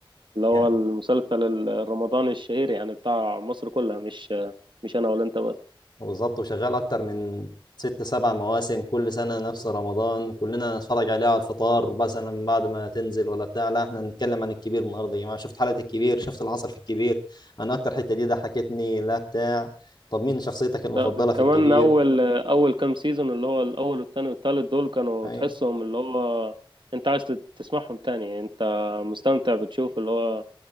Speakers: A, on the right (about 60°); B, on the left (about 55°).
A: اللي هو
B: يعني
A: المسلسل الرمضاني الشهير يعني بتاع مصر كلها مش آه، مش انا ولا انت بس
B: بالظبط وشغال اكتر من ست سبع مواسم كل سنه نفس رمضان كلنا نتفرج عليها على الفطار مثلا بعد ما تنزل ولا بتاع لا احنا نتكلم عن الكبير النهارده يا جماعه شفت حلقه الكبير شفت اللي حصل في الكبير انا اكتر حته دي ضحكتني لا بتاع طب مين شخصيتك المفضله
A: لا
B: في
A: كمان
B: الكبير
A: اول اول كام سيزون اللي هو الاول والتاني والتالت دول كانوا
B: اي
A: تحسهم اللي هو انت عايز تت- تسمعهم تاني انت مستمتع بتشوف اللي هو